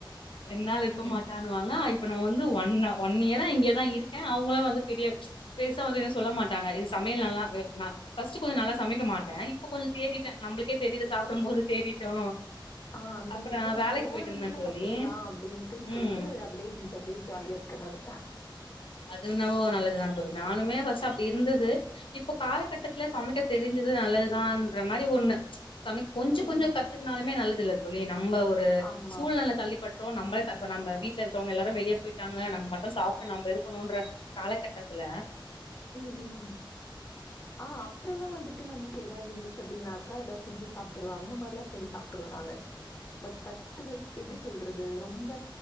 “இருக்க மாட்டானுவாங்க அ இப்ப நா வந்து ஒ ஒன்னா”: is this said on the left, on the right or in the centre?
Left